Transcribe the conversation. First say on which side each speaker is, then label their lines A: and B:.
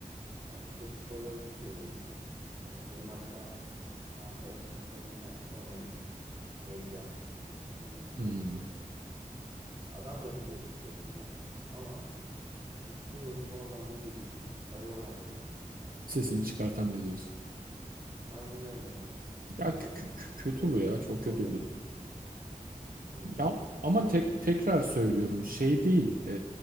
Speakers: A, on the right; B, on the right.
A: Hani çok spor yorumcusu görüyorum ben. Ee, Benim hatta arkadaşlarımdan bir tanesi de onların medya danışmanlığını yapıyor
B: Hmm.
A: öyle söyleyeyim. Adam da biliyor hiçbir şey olmayacağını ama bir şekilde yolunu oradan bulduğu için, parayı oradan kazandığı için
B: Sesini
A: ses
B: çıkartamıyor
A: çıkaramıyor.
B: diyorsun.
A: Aynen öyle. Bu
B: Ya
A: da
B: kö- kö- kö- kötü
A: e,
B: bu ya. Çok
A: kötü
B: kötü
A: oluyor
B: bir durum.
A: kulüp için. Hani
B: Ya
A: spor
B: ama tek,
A: kulübüne
B: tekrar
A: geç.
B: söylüyorum şey değil. e,